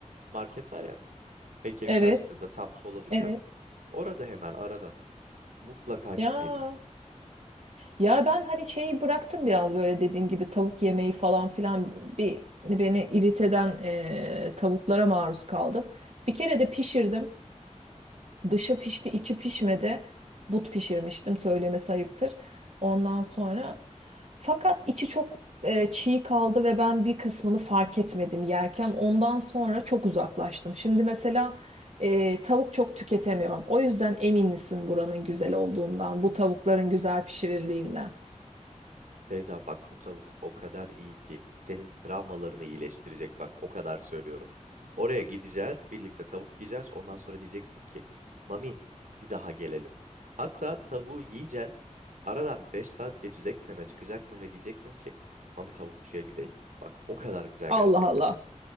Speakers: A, on the right (about 85°); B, on the right (about 60°).
A: market var ya heykelin
B: evet
A: karşısında tam sola düşen.
B: evet
A: Orada hemen arada mutlaka gitmeliyiz.
B: ya ya ben hani şeyi bıraktım biraz böyle dediğim gibi tavuk yemeği falan filan bir beni irite eden eee, tavuklara maruz kaldım. Bir kere de pişirdim. Dışı pişti, içi pişmedi. But pişirmiştim, söylemesi ayıptır. Ondan sonra fakat içi çok e, çiğ kaldı ve ben bir kısmını fark etmedim yerken. Ondan sonra çok uzaklaştım. Şimdi mesela e, tavuk çok tüketemiyorum. O yüzden emin misin buranın güzel olduğundan, bu tavukların güzel pişirildiğinden?
A: Sevda bak bu tavuk o kadar iyi ki senin travmalarını iyileştirecek bak o kadar söylüyorum. Oraya gideceğiz birlikte tavuk yiyeceğiz ondan sonra diyeceksin ki Mami bir daha gelelim. Hatta tavuğu yiyeceğiz aradan 5 saat geçecek sen acıkacaksın ve diyeceksin ki Mami tavukçuya gidelim. Bak o kadar güzel
B: Allah
A: gerçekten.
B: Allah.